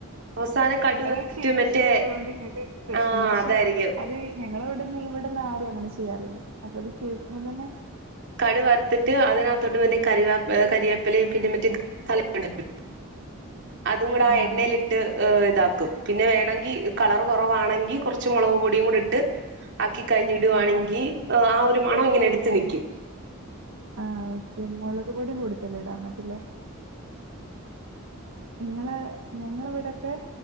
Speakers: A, on the right (about 55°); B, on the right (about 80°).
A: അവസാനം കടുക്
B: നിങ്ങള്
A: വറുത്തിട്ട്
B: ചെയ്ത്
A: മറ്റേ
B: ശീലോള്ളോണ്ട് ഇങ്ങക്ക് പ്രശ്നല്ല
A: ആഹ്
B: പക്ഷെ
A: അതായിരിക്കും
B: അത് ഞങ്ങള ഇവിടുന്ന് ഇവിടുന്ന് ആരും അങ്ങനെ ചെയ്യാറില്ല അപ്പൊ അത് കേൾക്കുമ്പോ തന്നെ
A: കടു വറുത്തിട്ട് അതിനാത്തോട്ട് മറ്റെ കറിവാപ്പ കരിവേപ്പിലയും പിന്നെ മറ്റേ <inaudible> അതും കൂടെ ആ
B: ആഹ്
A: എണ്ണയിലി ഇതാക്കും പിന്നെ വേണെങ്കിൽ കളർ കുറവാണെങ്കിൽ കുറച്ച് മുളക് പൊടിയും കൂടി ഇട്ട് ആക്കി കഴിഞ്ഞിടു വാണെങ്കി
B: ആഹ് ആഹ്
A: ആ ഒരു മണം ഇങ്ങനെ എടുത്ത് നിക്കും
B: ആ കുരുമുളക് പൊടി കൊടുത്തില്ലെടാ എന്നാ പിന്നെ ഇങ്ങള് ഞങ്ങളിവിടൊക്കെ